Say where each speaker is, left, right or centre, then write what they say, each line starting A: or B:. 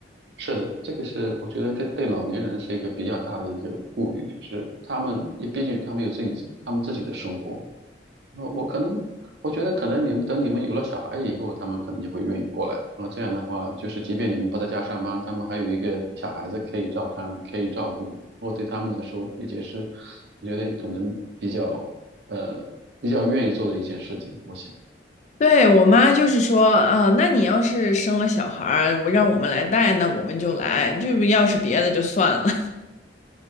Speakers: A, on the right (about 70°); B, on the left (about 40°).
A: 是的，这个是我觉得这对老年人是一个比较大的一个顾虑，就是他们也毕竟他们有自己自他们自己的生活。我我可能我觉得可能你们等你们有了小孩以后，他们可能就会愿意过来。然后这样的话，就是即便你们不在家上班，他们还有一个小孩子可以照看，可以照顾。我对他们来说，也就是我觉得可能比较呃比较愿意做的一件事情。我想。
B: 对，我妈就是说，啊，那你要是生了小孩儿，我让我们来带，那我们就来；就要是别的就算了。